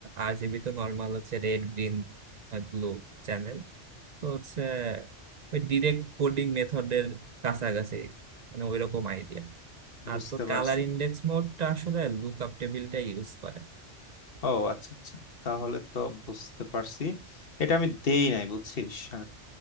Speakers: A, on the right; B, on the left.
A: আরজিবি তো নর্মাল হচ্ছে রেড গ্রিন ব্লু চ্যানেল তো হচ্ছে ওই ডিরেক্ট কোডিং মেথডের কাছাকাছি মানে ওইরকম আইডিয়া আর
B: বুঝতে
A: তো
B: পারছি
A: কালার ইন্ডেক্স মোডটা আসলে লুকআপ টেবিলটা ইউজ করে
B: ও আচ্ছা আচ্ছা তাহলে তো বুঝতে পারছি এটা আমি দেই নাই বুঝছিস আর-